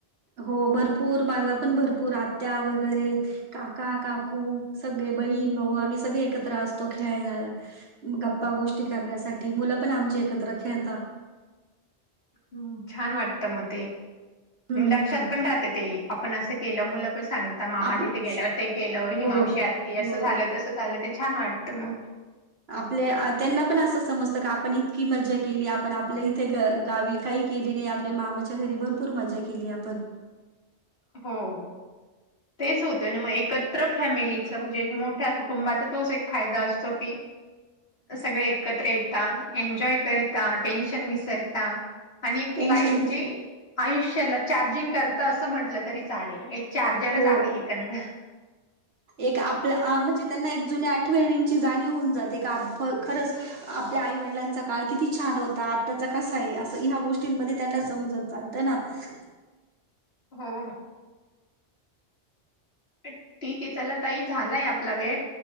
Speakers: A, on the right; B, on the left.
A: हो, भरपूर माझ्या पण भरपूर आत्या वगैरे काका- काकू सगळे बहीण, भाऊ आम्ही सगळे एकत्र असतो खेळण्याला. गप्पा गोष्टी करण्यासाठी मुल पण आमची एकत्र खेळतात.
B: ह् छान वाटत मग ते,
A: हम्म
B: लक्षात पण राहते ते, आपण अस केल मुल पण सांगता, मामा
A: आपल्या
B: च्या इथ गेल्यावर ते केल, हि
A: हो
B: मावशी
A: हो
B: आलती ते अस झालं तस झाल ते छान वाटत मग
A: आपल्या त्यांना पण अस समजत का, आपण इतकी मजा केली आपण आपल्या इथे घ गावी. काही केली नाही. आपले मामाच्या घरी भरपूर मजा केली आपण.
B: हो तेच होत ना मग एकत त्र फॅमिलीच म्हणजे मोठ्या कुटुंबाचा तोच एक फायदा असतो की सगळे एकत्र येता एन्जॉय करता टेन्शन विसर ता आणि
A: टेन्शन
B: ला म्हणजे आयुष्याला चार्जिंग करत असं म्हण म्हटलं तरी चालेल एक
A: हो
B: एकंदर.
A: एक आपल्या म्हणजे त्यांना एक जुन्या आठवणीची जाणीव होऊन जाते का आप खरंच आपल्या आईवडिलांचा काळ किती छान होता आताचा कसा आहे असं ह गोष्टींमध्ये त्यांना समजत चालतं ना <unintelligible>
B: हो, हो ठीक आहे चला ताई झालाय आपला वेळ